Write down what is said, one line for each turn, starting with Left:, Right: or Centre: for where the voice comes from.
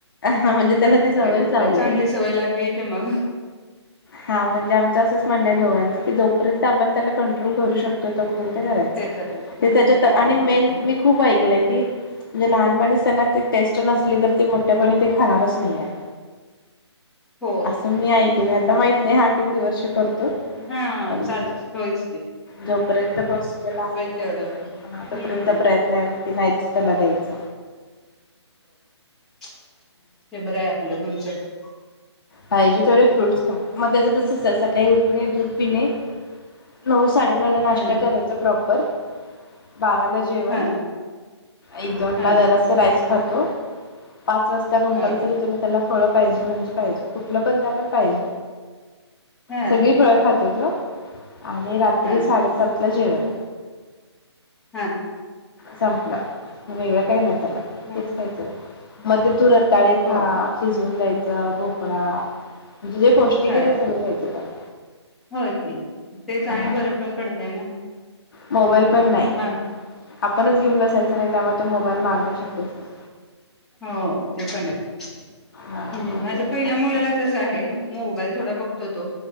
Left: हा म्हणजे त्याला ते सवयच
Centre: अरे बापरे
Left: लावले
Centre: चांगली सवय लागली की मग
Left: हा म्हणजे आमचं असं. म्हणणंय दोघांच की जोपर्यंत आपण त्याला कॉन कन्ट्रोल करू शकतो तोपर्यंत कस करायच
Centre: ते तर आहे
Left: ते
Centre: हं.
Left: त्याच्यात
Centre: हो
Left: आणि मेन
Centre: ते तर
Left: मी खूप ऐकलंय की, जे लहान पहिलीच त्यांना ती टेस्ट नसली तर ते मोठेपनी ते खाणारच कस. दिल्यात
Centre: हो
Left: असं मी ऐकलय आता माहित नाही हा किती? वर्ष करतो
Centre: हां
Left: पण
Centre: चाल होयचकी
Left: जोपर्यंत पॉसिबल आहे
Centre: तेवढं हम्म
Left: हा तोपर्यंत प्रयत्न आहे की नाहीच त्याला द्यायच.
Centre: म्च हे बरं आहे आपलं. तुमचें क
Left: पाहिजे तेवढे फ्रूट्स खा! मग त्याच तस सकाळी उठणे दूध पिणे नऊच साडे नऊला नाष्टा
Centre: ह
Left: करायचं प्रॉपर तर बाराला जेवण
Centre: हं
Left: एक दोन
Centre: हं
Left: ला जरासा राईस खातो. पाच वाजता कंपल्सरी
Centre: हं
Left: तुम्ही त्याला फळं पाहिजे म्हणजे पाहिजे. कुठलं पण द्या पण होय
Centre: हं
Left: सगळी फळं खातो तो आणि रात्री
Centre: हं
Left: साडेसात ला जेवण.
Centre: हा
Left: संपलं. वेगळं काही नाही त्याला
Centre: हं
Left: तेच खायचं ना
Centre: हं
Left: मग ते तू रत्ताळे खा
Centre: होय
Left: शिजवून द्यायचं. तवा जे पौष्टिक
Centre: हं
Left: हाय ते सगळ द्यायचं त्याला
Centre: होय की तेच आणि
Left: हा
Centre: बरं पण पडतंय ना
Left: मोबाईल
Centre: म
Left: पण नाही आपणच घेऊन बसायचं नाही त्यामुळे तो मोबाईल माग अशक्यच नाही.
Centre: हाव ते पण हाय पीच
Left: हा
Centre: मी
Left: मग
Centre: माझ्या
Left: ते
Centre: पै
Left: असं
Centre: मुलाला तसं आहे मोबाईल थोडा बघतो. तो-तो